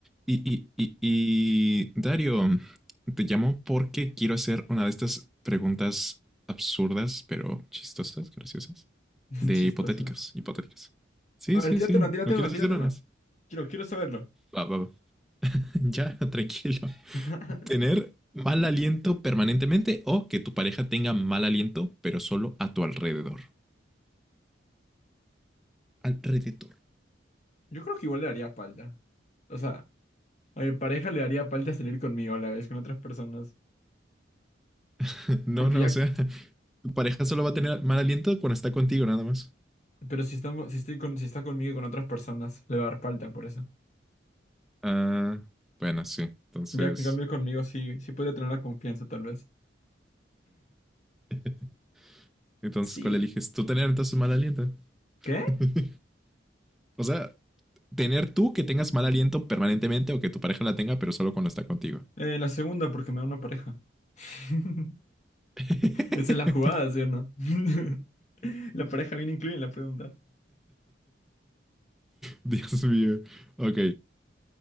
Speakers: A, in the centre; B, on the left (about 40°).
A: Y, y, y, y Dario, te llamo porque quiero hacer una de estas preguntas absurdas, pero chistosas, graciosas,
B: <laughs>
A: de
B: Chistosos.
A: hipotéticos, hipotéticas. Sí,
B: A ver,
A: sí,
B: tírate
A: sí.
B: una, tírate
A: ¿No quieres
B: una, tírate
A: hacer unas?
B: una. Quiero, quiero saberlo.
A: Va, va, va. <laughs> Ya, tranquilo.
B: <laughs>
A: Tener mal aliento permanentemente o que tu pareja tenga mal aliento, pero solo a tu alrededor. Alrededor.
B: Yo creo que igual le haría falta. O sea, a mi pareja le haría falta salir conmigo a la vez, con otras personas.
A: <laughs> No,
B: Porque
A: no,
B: ya,
A: o sea, tu pareja solo va a tener mal aliento cuando está contigo, nada más.
B: pero si estamos, si estoy con, si está conmigo y con otras personas, le va a dar falta por eso.
A: Ah, bueno, sí. Entonces,
B: Ya en cambio conmigo sí, sí podría tener la confianza tal vez.
A: <laughs> Entonces,
B: Sí.
A: ¿cuál eliges? Tú tener entonces mal aliento.
B: ¿Qué?
A: <laughs> o sea, tener tú que tengas mal aliento permanentemente o que tu pareja la tenga, pero solo cuando está contigo.
B: Eh, la segunda, porque me da una pareja. <laughs>
A: <laughs>
B: Esa es la jugada, ¿sí o no? <laughs> La pareja viene incluida en la pregunta.
A: Dios mío. Ok.